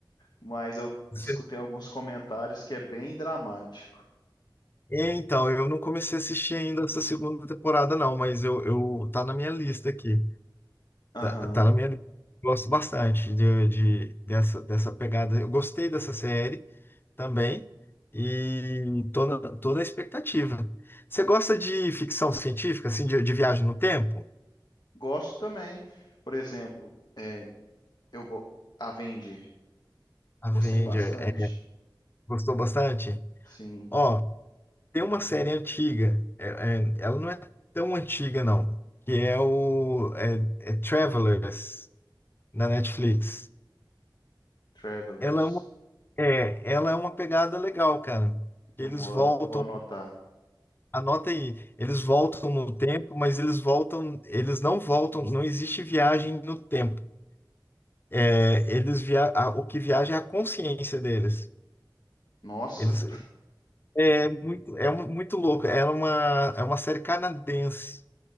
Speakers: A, on the left; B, on the left.
A: mas eu
B: se-
A: escutei alguns comentários que é bem dramático.
B: É, então, eu não comecei a assistir ainda essa segunda temporada, não, mas eu, eu tá na minha lista aqui.
A: Aham.
B: Tá, tá na minha lista. Gosto bastante de, de- dessa, dessa pegada. Eu gostei dessa série também e tô na, tô na expectativa. Você gosta de ficção científica, assim, de, de viagem no tempo?
A: Gosto também. Por exemplo, é, eu go Avenger.
B: Avenger,
A: Gostei bastante.
B: é, gostou bastante?
A: Sim.
B: Ó, Tem uma série antiga, é- é- ela não é tão antiga, não, que é o é, é Travelers, na Netflix.
A: Travelers.
B: Ela é uma, é, ela é uma pegada legal, cara.
A: Eu
B: Eles
A: vou,
B: voltam,
A: vou anotar.
B: anota aí, eles voltam no tempo, mas eles voltam, eles não voltam, não existe viagem no tempo. É, eles via, a- o que viaja é a consciência deles.
A: Nossa.
B: Eles, é muito, é um- muito louco. É uma, é uma série canadense.